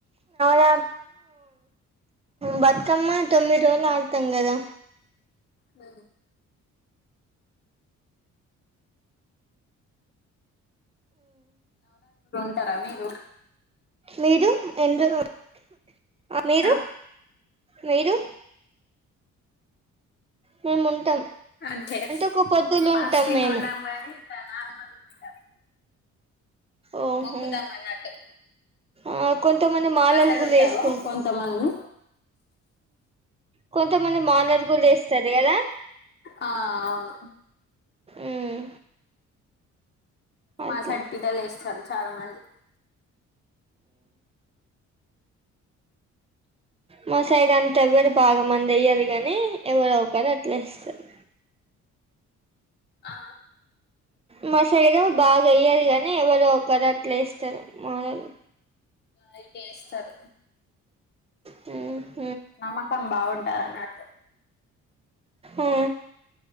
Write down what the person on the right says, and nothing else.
<unintelligible> ఉ బతుక క్కమ్మా తొమ్మిది రోజులు ఆడతాం కదా
మీరు ఎందు మీరు
మీరు మేము ఉంటాం
ఒక పొద్దులు
ఉంటాం మేము
ఓహో
ఆ కొంతమంది మాలలు
కూడా
వేసుకుంటారు
కొంతమంది మాలర్ కూడా వస్తారు కదా
ఉమ్ అట్లా
మా సైడ్ అంత ఎవ్వరు బాగా మంది అయ్యారు గానీ ఎవరు అవకరు అట్లా ఇస్తారు
మా శైరం బాగా అయ్యది కాగానీ ఎవరో ఒకరు అట్లు వేస్తారు మానలు
ఆ
ఆ